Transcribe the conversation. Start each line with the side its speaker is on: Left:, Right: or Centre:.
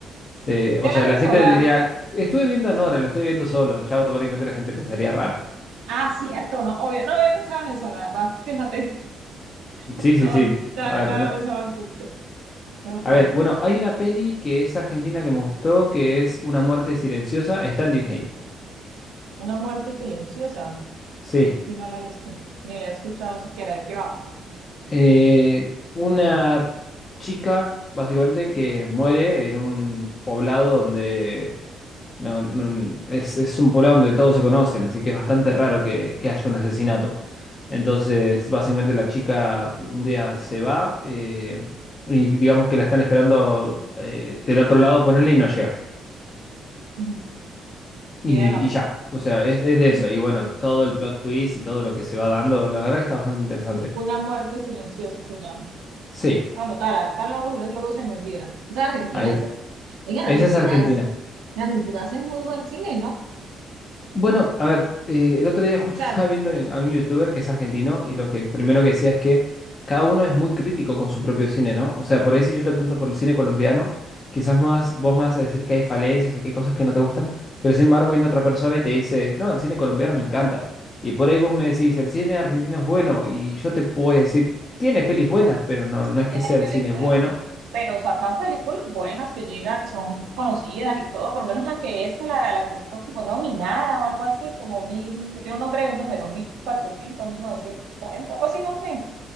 Right: Sí.
Left: Eh,
Right: Ya
Left: o sea,
Right: la
Left: la
Right: vi
Left: gente
Right: sola.
Left: le diría, estuve viendo a Nora, la estoy viendo solo, ya automáticamente la gente pensaría raro.
Right: Ah, cierto, no, obvio. No había pensado en eso, la verdad. Fíjate. <laughs>
Left: Sí,
Right: No,
Left: sí, sí.
Right: no, no
Left: A ver,
Right: había
Left: no-
Right: pensado en punto. Buen punto,
Left: a ver, bueno,
Right: sí.
Left: hay una peli que es argentina que me gustó, que es Una muerte silenciosa, está en Disney.
Right: Una muerte silenciosa.
Left: Sí.
Right: Esa sí no la he visto. Ni la he escuchado siquiera de qué va.
Left: Eh, una chica, básicamente, que muere en un poblado donde no, no- es, es un poblado donde todos se conocen, así que es bastante raro que, que haya un asesinato. Entonces, básicamente, la chica un día se va eh, y digamos que la están esperando eh, del otro lado, ponerle y no llega.
Right: Ujú.
Left: Y,
Right: Y de ahí va.
Left: y ya, o sea, es, es de
Right: <laughs>
Left: eso. Y bueno, todo el plot twist y todo lo que se va dando, la verdad que está bastante interesante.
Right: Una muerte silenciosa se llama.
Left: Sí,
Right: Anotar, ahorita luego luego se me olvida. Es Argentina.
Left: ahí,
Right: ¿Sí? Oigan,
Left: esa
Right: Argentina,
Left: es Argentina.
Right: hace- en Argentina hacen muy buen cine, ¿no? O
Left: Bueno, a ver, eh, el otro día justo
Right: sea,
Left: <laughs> estaba viendo a un youtuber que es argentino y lo que primero que decía es que cada uno es muy crítico con su propio cine, ¿no? O sea, por ahí si yo te pregunto por el cine colombiano, quizás más, vos me vas a decir que hay falencias o que hay cosas que no te gustan, pero sin embargo viene otra persona y te dice, no, el cine colombiano me encanta. Y por ahí vos me decís, el cine argentino es bueno y yo te puedo decir, tiene pelis buenas, pero no,
Right: Sí,
Left: no es
Right: tiene
Left: que sea
Right: pelis
Left: el cine
Right: buenas,
Left: bueno.
Right: pero sacan películas buenas que llegan y son conocidas y todo, por lo menos la que es la, la que creo que fue como nominada o algo así, como mil, que tiene un nombre de un número, mil cuatrocientos, mil novecientos cuarenta algo así, no sé.